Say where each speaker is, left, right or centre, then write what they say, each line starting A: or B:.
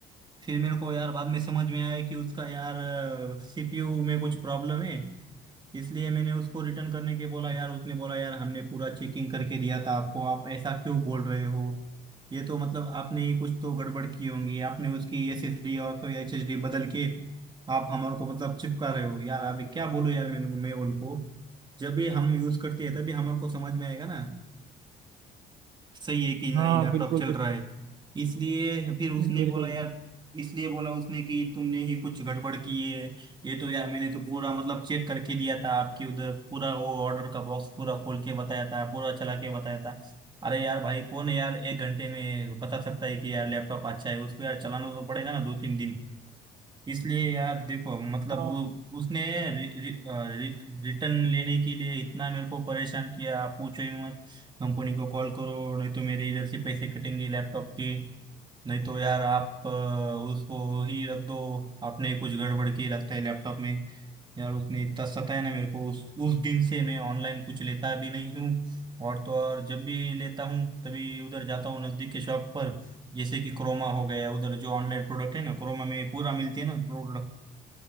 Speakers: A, on the right (about 25°); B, on the right (about 70°).
A: फिर मेरे को यार बाद में समझ में आया कि उसका यार सीपीयू में कुछ प्रॉब्लम है इसलिए मैंने उसको रिटर्न करने के बोला यार उसने बोला यार हमने पूरा चेकिंग करके दिया था आपको आप ऐसा क्यों बोल रहे हो ये तो मतलब आपने ही कुछ तो गड़बड़ की होगी आपने उसकी एसएसडी और तो एचएसडी बदल के आप हमारे को मतलब चिपका रहे हो यार अभी क्या बोलूं यार मैं मैं उनको जब भी हम यूज करते हैं तभी हमारे को समझ में आएगा ना सही है कि
B: हाँ
A: नहीं लैपटॉप
B: बिल्कुल
A: चल
B: बिल्कुल
A: रहा है इसलिए फिर उसने
B: बिल्कुल
A: बोला यार इसलिए बोला उसने कि तुमने ही कुछ गड़बड़ की है ये तो यार मैंने तो पूरा मतलब चेक करके दिया था आपके उधर पूरा वो ऑर्डर का बॉक्स पूरा खोल के बताया था पूरा चला के बताया था अरे यार भाई कौन है यार एक घंटे में बता सकता है कि यार लैपटॉप अच्छा है उसको यार चलाना तो पड़ेगा ना दो तीन दिन इसलिए यार देखो मतलब
B: हाँ
A: वो उसने रि, रि, अ, रि, रिटर्न लेने के लिए इतना मेरे को परेशान किया आप पूछो ही मत कंपनी को कॉल करो नहीं तो मेरे इधर से पैसे कटेंगे लैपटॉप के नहीं तो यार आप अ, उसको ही रख दो आपने कुछ गड़बड़ की लगता है लैपटॉप में यार उसने इतना सताया ना मेरे को उस उस दिन से मैं ऑनलाइन कुछ लेता भी नहीं हूँ और तो और जब भी लेता हूँ तभी उधर जाता हूँ नज़दीक के शॉप पर जैसे कि क्रोमा हो गया उधर जो ऑनलाइन प्रोडक्ट है ना क्रोमा में पूरा मिलते हैं ना प्रोडक्ट